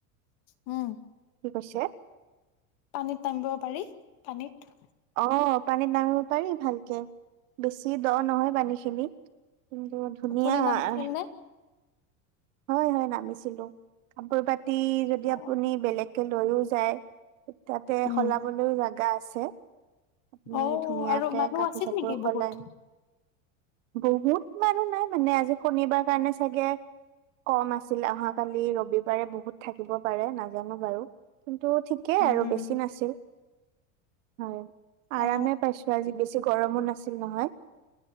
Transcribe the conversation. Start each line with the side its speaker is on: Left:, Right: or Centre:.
Left: উম,
Right: কি কৈছে?
Left: পানীত নামিব পাৰি পানীত।
Right: অ' পানীত নামিব পাৰি ভালকে বেছি দ নহয় পানীখিনিত। কিন্তু ধুনীয়া--‌।
Left: আপুনি নামিছিল নে
Right: হয়-হয় নামিছিলো কাপোৰ পাতি। যদি
Left: অ
Right: আপুনি বেলেগকে লৈয়ও, যায়। তাতে
Left: উম
Right: সলাবলৈও জাগা আছে, আপুনি
Left: অ
Right: ধুনীয়াকে
Left: আৰু মানুহ
Right: কাপোৰ-চাপোৰ
Left: আছিল নেকি
Right: সলাই।
Left: বহুত
Right: বহুত মানুহ নাই মানে, আজি শনিবাৰ কাৰণে চাগে? কম আছিল অহাকালি ৰবিবাৰে বহুত থাকিব পাৰে নাজানো বাৰু। কিন্তু ঠিকেই
Left: উম
Right: আৰু
Left: উম
Right: বেছি নাছিল। হয়। আৰামে
Left: অ
Right: পাইছো, আজি বেছি গৰমো নাছিল ছিল নহয়।